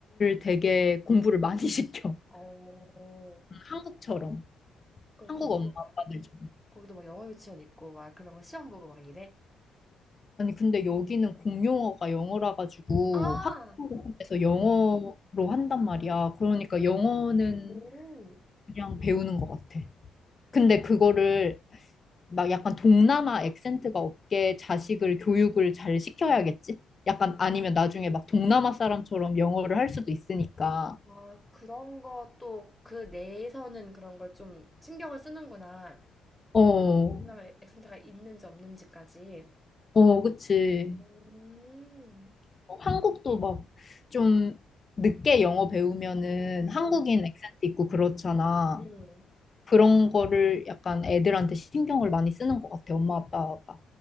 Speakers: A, on the left; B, in the centre.
A: 되게 공부를 많이 <laughs> 시켜.
B: 어.
A: 한국처럼.
B: 그럼
A: 한국
B: 거기도
A: 엄마
B: 막
A: 아빠들처럼.
B: 거기도 막 영어 유치원 있고 막 그런 거 시험 보고 막 이래?
A: 아니, 근데 여기는 공용어가 영어라 가지고
B: 아.
A: 학교에서 영어로
B: 어머.
A: 한단 말이야. 그러니까 영어는
B: 오.
A: 그냥 배우는 것 같아. 근데 그거를 막 약간 동남아 액센트가 없게 자식을 교육을 잘 시켜야겠지? 약간 아니면 나중에 막 동남아 사람처럼 영어를 할 수도 있으니까.
B: 아, 그런 것도 그 내에서는 그런 걸 좀 신경을 쓰는구나.
A: 어,
B: 동남아 액센트가 있는지 없는지까지.
A: 어, 그치.
B: 음,
A: 어, 한국도 막 좀 늦게 영어 배우면은 한국인
B: 음,
A: 액센트 있고 그렇잖아.
B: 음.
A: 그런 거를 약간 애들한테 신경을 많이 쓰는 것 같아, 엄마 아빠가.